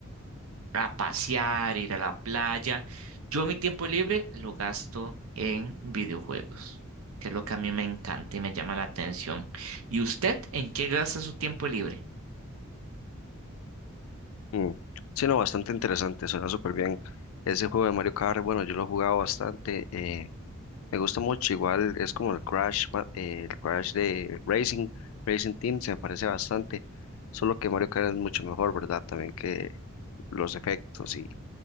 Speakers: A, on the right; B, on the left.
A: a pasear, ir a la playa. Yo mi tiempo libre lo gasto en videojuegos, que es lo que a mí me encanta y me llama la atención. ¿Y usted en qué gasta su tiempo libre?
B: Mm. Sí, no, bastante interesante, suena súper bien. Ese juego de Mario Kart, bueno, yo lo he jugado bastante. eh, Me gusta mucho, igual es como el Crash, ma- eh, el Crash de Racing, Racing Team, se me parece bastante, solo que Mario Kart es mucho mejor, ¿verdad? También que los efectos y